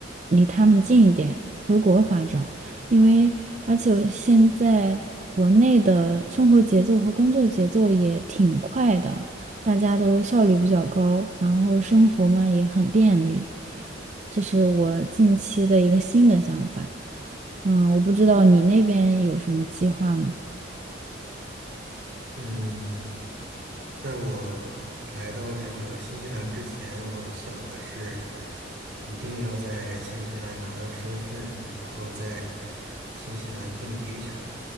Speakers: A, on the right; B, on the right.
A: 离他们近一点，回国发展。因为而且我现在国内的生活节奏和工作节奏也挺快的，大家都效率比较高，然后生活嘛也很便利，这是我近期的一个新的想法。嗯，我不知道你那边有什么计划呢？
B: 嗯，在我来到这个新西兰之前，我想的是一定要在新西兰拿到身份，然后在新西兰定居下来。